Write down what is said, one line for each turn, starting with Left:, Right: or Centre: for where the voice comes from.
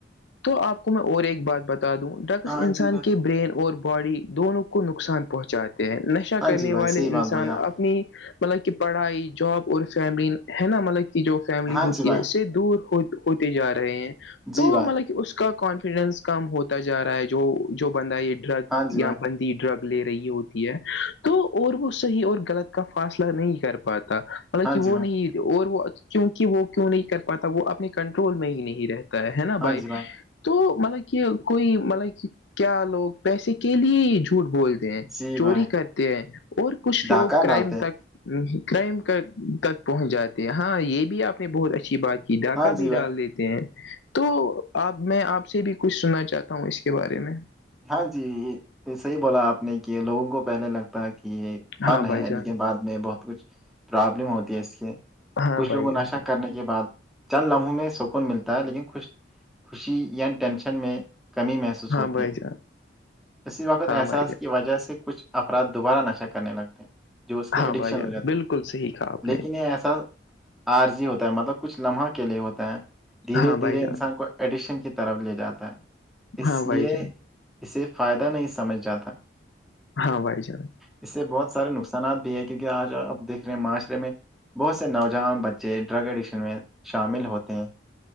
Left: تو آپ کو میں اور ایک بات بتا دوں ڈگس
Centre: ہاں
Left: انسان
Centre: جی بھائی
Left: کے برین اور باڈی دونوں کو نقصان پہنچا تے ہیں نشہ
Centre: ہاں
Left: کرنے
Centre: جی بھائی
Left: والے
Centre: صحیح بات
Left: انسان
Centre: بولی آپ
Left: اپنی
Centre: نے
Left: مطلب کہ پڑھائی جاب اور فیملی ہے نا مطلب کہ جو فیملی
Centre: ہاں
Left: ہوتی
Centre: جی بھائی
Left: ہے اس سے دور ہو ہوتے جا رہے ہیں
Centre: جی
Left: تو
Centre: بھائی
Left: مطلب کہ اس کا کانفیڈینس کم ہوتا جا رہا ہے جو جو بندہ یہ ڈرگ
Centre: ہاں جی
Left: یا
Centre: بھائی
Left: بند ی ڈرگ لے رہی ہوتی ہے تو اور وہ صحیح اور غلط کا فاصلہ نہیں کر پاتا مطلب
Centre: ہاں
Left: کہ
Centre: جی
Left: وہ
Centre: بھائی
Left: نہیں اور وہ کیونکہ وہ کیوں نہیں کر پاتا وہ اپنے کنٹرول میں ہی نہیں رہتا ہے ہے نا
Centre: ہاں
Left: بھائی
Centre: جی
Left: تو مطلب کہ کوئی مطلب کہ کیا لوگ پیسے کے لیے جھوٹ بولتے ہیں
Centre: جی
Left: چوری
Centre: بھائی
Left: کرتے ہیں اور کچھ
Centre: ڈھاکہ
Left: لوگ کرائم
Centre: ڈالتے ہیں
Left: تک کرائم تک پہنچ جاتے ہیں ہاں یہ بھی آپ نے بہت اچھی بات کی
Centre: ہاں
Left: کا
Centre: جی
Left: بھی
Centre: بھائی
Left: ڈال دیتے ہیں تو آب میں آپ سے بھی کچھ سننا چاہتا ہوں اس کے بارے میں
Centre: ہاں جی صحی بولا آپ نے کہ لوگوں کو پہلے لگتا کہ یہ فن
Left: ہاں
Centre: ہے
Left: بھائی جان
Centre: لیکن بعد میں بہت کچھ پرابلم ہوتی ہے اس سے
Left: ہاں
Centre: کچھ
Left: بھائی
Centre: لوگوں نشہ
Left: جان
Centre: کرنے یہ بات چند لمحوں میں سکون ملتا ہے لیکن خوش خوشی یا ٹینشن میں کمی محسوس
Left: ہاں
Centre: ہوتی
Left: بھائی
Centre: ہے
Left: جان
Centre: اسی وقت احساس
Left: ہاں بھائی جان
Centre: کی وجہ سے کچھ افراد دوبارہ نشہ کرنے لگتے ہےجو اس کے
Left: ہاں
Centre: اڈکشن
Left: بھائی جان
Centre: ہو جاتے
Left: بالکل
Centre: ہیں
Left: صحیح کہا آپ
Centre: لیکن
Left: نے
Centre: یہ احساس آرضی ہوتا ہے مطلب کچھ لمحہ کے لیے ہوتا ہے دھیرے
Left: ہاں
Centre: دھیرے
Left: بھائی جان
Centre: انسان کو ایڈکشن کی طرف لے جاتا ہے اس
Left: ہاں
Centre: لیے
Left: بھائی جان
Centre: اسے فائدہ نہیں سمجھ جاتا
Left: ہاں بھائی جان
Centre: اس سے بہت سارے نقصانات بھی ہے کیونکہ آج آپ دیکھ رہے ہیں معاشرے میں بہت سے نوجوان بچے ڈرگ ایڈکشن میں شامل ہوتے ہیں